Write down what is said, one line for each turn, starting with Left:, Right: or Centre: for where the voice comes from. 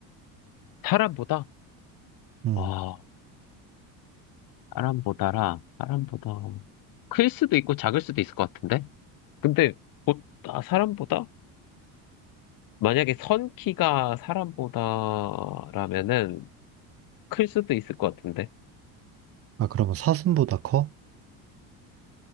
Left: 사람보다?
Right: 응.
Left: 어, 사람보다라, 사람보다. 클 수도 있고 작을 수도 있을 것 같은데? 근데, 보, 아, 사람보다? 만약에 선 키가 사람보다라면은 클 수도 있을 것 같은데?
Right: 아, 그러면 사슴보다 커?